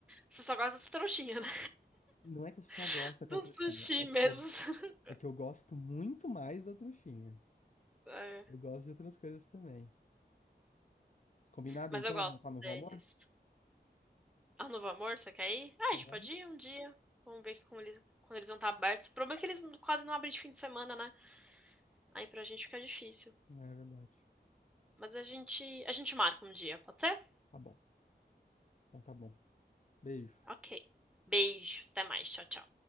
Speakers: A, in the centre; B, on the left.
A: Você só gosta dessa trouxinha, né?
B: Não é que eu só gosto
A: <laughs>
B: daquela
A: Do
B: trouxinha,
A: sushi
B: é
A: mesmo.
B: que eu,
A: <laughs>
B: é que eu gosto muito mais da trouxinha.
A: É.
B: Eu gosto de outras coisas também. Combinado
A: Mas
B: então?
A: eu gosto
B: Vamos para Novo
A: deles.
B: Valmor
A: Ah, Novo Amor, você quer ir? Ah, a
B: Vamos.
A: gente pode ir um dia. Vamos ver como eles, quando eles vão estar abertos. O problema é que eles quase não abrem de fim de semana, né? Aí pra gente fica difícil.
B: É verdade.
A: Mas a gente, a gente marca um dia, pode ser?
B: Tá bom. Então tá bom. Beijo.
A: Ok. Beijo, até mais, tchau, tchau.